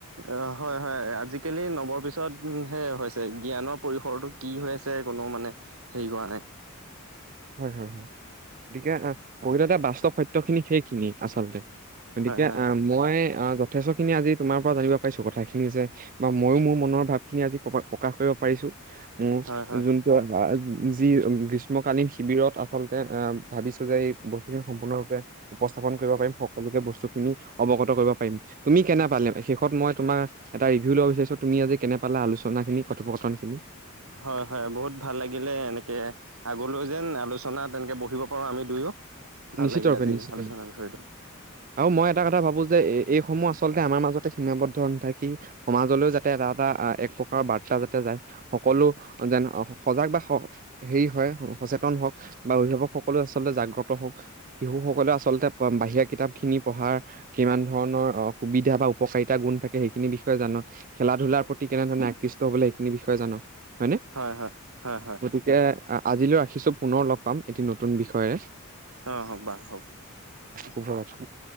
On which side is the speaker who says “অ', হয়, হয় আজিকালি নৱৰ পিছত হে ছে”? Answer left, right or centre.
Right